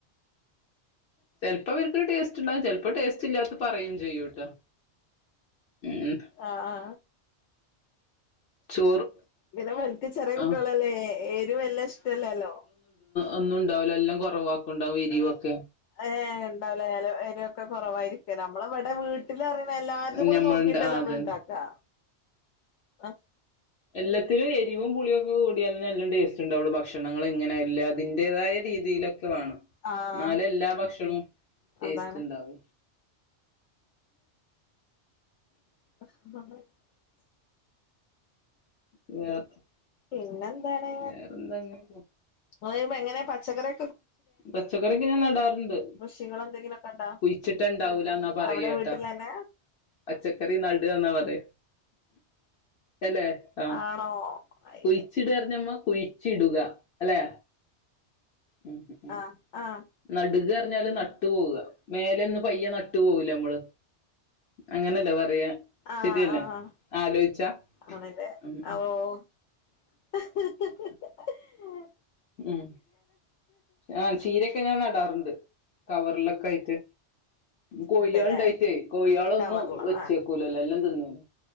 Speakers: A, on the left (about 65°); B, on the left (about 80°).
A: ചെൽപ്പോ വർക്ക് ടേസ്റ്റ്ണ്ടാകും ചെൽപ്പോ ടേസ്റ്റ് ഇല്ലാത്ത പറയും ചെയ്യൂട്ടോ ഉം
B: ആ ആ
A: ചോറ്
B: പിന്നെ വലക്ക് ചെറിയ കുട്ടികളല്ലേ
A: ആഹ്
B: എരി വല്ലാം ഇഷ്ടല്ലല്ലോ
A: ഒന്നുണ്ടാവൂല എല്ലം കുറവാക്കണ്ടാവും എരിവോക്കെ
B: ഏ ഉണ്ടാവലേല എരിവോക്കെ കൊറവായിരിക്കല്ലോ നമ്മള് വടെ വീട്ടിൽ അറിയണ എല്ലാരതും
A: ഉം
B: കൂടി
A: ഞമ്മളുണ്ട്
B: നോക്കിട്ടല്ലേ
A: ആഹ്
B: നമ്മള്
A: അതന്നെ
B: ണ്ടാക്കാ അഹ്
A: എല്ലാത്തിലും എരിവും പുളിയൊക്കെ കൂടിയാലന്നെ എല്ലം ടേസ്റ്റ് ട്ട്ണ്ടാവുള്ളൂ ഭക്ഷണങ്ങളിങ്ങനെല്ലാതിന്റേതായ രീതിയിലൊക്കെ വേണം
B: ആഹ്
A: ന്നാലെ എല്ലാ ഭക്ഷണോം ടേസ്റ്റ്
B: അതാണ്
A: ണ്ടാവൂ
B: <unintelligible>
A: <unintelligible>
B: പിന്നെന്താണ്
A: വേറെന്താ അങ്ങനെ
B: ങ്ങളെങ്ങനെ പച്ചക്കറി
A: പച്ചക്കറിക്ക ഞാൻ നടാറ്ണ്ട്
B: കൃഷികൾ എന്തെങ്കിലുമൊക്കെ ഉണ്ടോ
A: കുഴിച്ചിട്ട ഇണ്ടാവൂലന്നാ പറയാട്ടാ
B: അവിടെ വീട്ടിലന്നെ
A: പച്ചക്കറി നട്ന്നാ പറയാ അല്ലെ ആഹ്
B: ആണോ അയ്യോ
A: കുഴിച്ചിട്ന്ന് പറഞ്ഞ ഞ്ഞമ്മ കുഴിച്ചി ഇടുക അല്ലെ മ് മ് മ്
B: ആഹ് ആഹ്
A: നട്ക പറഞ്ഞാല് നട്ട് പോവ മേലൊന്നന്ന് പയ്യെ നട്ട് പോകില്ലേ നമ്മള് അങ്ങനല്ലെ പറയാ
B: ആഹ്
A: ശരിയല്ലേ
B: ആഹ്
A: ആലോയിച്ചാ
B: ആണല്ലെ
A: ഉം
B: ഓ ഹി ഹി ഹി ഹെ
A: മ് ആഹ് ചീരെക്കെ ഞാൻ നടാറ്ണ്ട് കവർ ലോക്കായ് റ്റ് കോയിആള്
B: ഉണ്ടല്ലേ
A: ണ്ടായിറ്റ് കോഴ്യളൊന്നും
B: കവർലോ
A: വെച്ചേക്കൂലല്ലോ
B: ആഹ്
A: എല്ലം തിന്ന